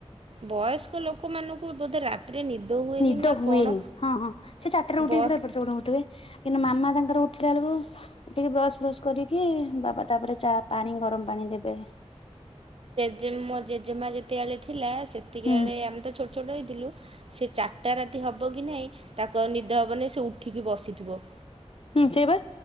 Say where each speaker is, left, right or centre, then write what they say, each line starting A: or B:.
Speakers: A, on the right (about 55°); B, on the left (about 55°).
A: ବୟସ୍କ ଲୋକମାନଙ୍କୁ ବୋଧେ ରାତିରେ ନିଦ ହୁଏନି
B: ନିଦ
A: ନା
B: ହୁଏନି
A: କଣ?
B: ହଁ ହଁ ସେ ଚାରଟା ରୁ
A: ବ
B: ଉଠିକି ପୁରା ଏପଟ ସେପଟ ହଉଥିବେ। କିନ୍ତୁ ମାମା ତାଙ୍କର ଉଠିଲା ବେଳକୁ ଟିକେ ବ୍ରସ୍ ବ୍ରସ୍ କରିକି ବାବା ତାପରେ ଚା ପାଣି ଗରମ ପାଣି ଦେବେ।
A: ଯେ ମୋ ଜେଜେମା ଯେତେବେଳେ ଥିଲା ସେତିକି
B: ହୁଁ
A: ବେଳେ ଆମେ ତ ଛୋଟ ଛୋଟ ହେଇଥିଲୁ ସେ ଚା <unintelligible> ରାତି ହେବ କି ନାହିଁ ତାକୁ ଆଉ ନିଦ ହେବନି ସେ ଉଠିକି ବସିଥିବ।
B: ହୁଁ ସେ ବା।